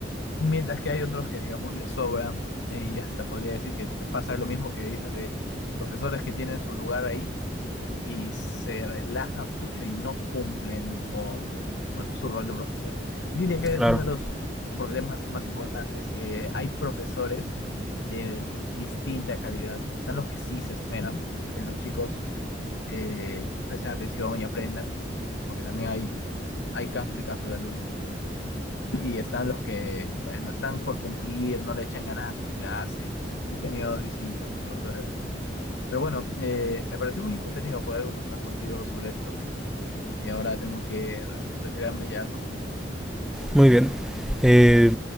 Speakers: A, on the left; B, in the centre.
A: mientras que hay otros que, digamos, les sobra, eh, y hasta podría decir que pasa lo mismo que dices de profesores que tienen su lugar ahí y se relajan mucho y no cumplen con, bueno, su rol de profesor. Yo diría que es
B: Claro.
A: uno de los problemas más importantes, que hay profesores de distinta calidad. Están los que sí se esmeran, que los chicos eh, presten atención y aprendan, porque también hay, hay casos y casos de alumnos. Y están los que, bueno, están por cumplir, no le echan ganas a su clase. Yo he tenido distintos profesores así. Pero bueno, eh, me pareció muy entretenido poder conversar contigo sobre esto, Cristian. Y ahora tengo que retirarme ya a almorzar.
B: Muy bien. Eh,